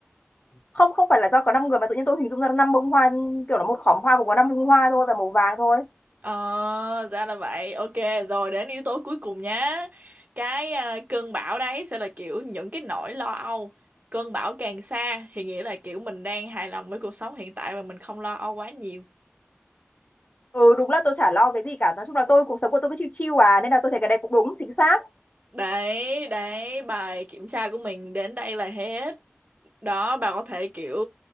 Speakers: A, on the left; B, on the right.
A: không không phải là do có năm người mà tự nhiên tôi hình dung ra năm bông hoa kiểu là một khóm hoa cũng có năm bông hoa thôi và màu vàng thôi
B: Ờ, ra là vậy. Ok, rồi đến yếu tố cuối cùng nhá. Cái à, cơn bão đấy sẽ là kiểu những cái nỗi lo âu. Cơn bão càng xa thì nghĩa là kiểu mình đang hài lòng với cuộc sống hiện tại và mình không lo âu quá nhiều.
A: ừ đúng là tôi chả lo cái gì cả nói chung là tôi cuộc sống của tôi cứ chill chill à nên là tôi thấy cái này cũng đúng chính xác
B: Đấy, đấy, bài kiểm tra của mình đến đây là hết. đó bà có thể kiểu